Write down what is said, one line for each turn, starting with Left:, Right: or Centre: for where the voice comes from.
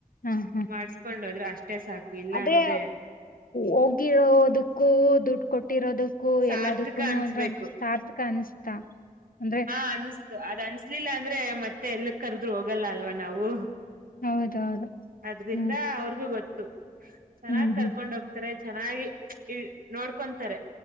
Left: ಹ್ಮ್ ಹ್ಮ್
Right: ಮಾಡಸ್ಕೊಂಡ್ ಹೋದ್ರು ಅಷ್ಟೇ ಇಲ್ಲ
Left: ಅದೇ
Right: ಅಂದ್ರೆ
Left: ಹೋಗಿರೋದಕ್ಕೂ ದುಡ್ಡು ಕೊಟ್ಟಿರೋದಕ್ಕೂ
Right: ಸಾರ್ಥಕ
Left: ಎಲ್ಲದಕ್ಕೂನು
Right: ಅನ್ಸ್ಬೇಕು
Left: ಅಂದ್ರಂತ ಸಾರ್ಥಕ ಅನಿಸ್ತಾ ಅಂದ್ರೆ
Right: ಹಾ ಅನ್ಸ್ ಅದ ಅನ್ಸಲ್ಲ ಅಂದ್ರೆ ಮ ಮತ್ತೆ ಎಲ್ಲ ಕರೆದ್ರೂ ಹೋಗಲ್ಲ ಅಲ್ವಾ ನಾವು
Left: ಹೌದೌದು
Right: ಅದ್ರಿಂದ
Left: ಹ್ಮ್
Right: ಅವ್ರಗೂ ಗೊತ್ತ ಚೆನ್ನಾಗಿ
Left: ಹ್ಮ್
Right: ಕರ್ಕೊಂಡ್
Left: ಹ್ಮ್
Right: ಹೋಗ್ತಾರೆ ಚೆನ್ನಾಗಿ ಇ ನೋಡ್ಕೊಂತಾರೆ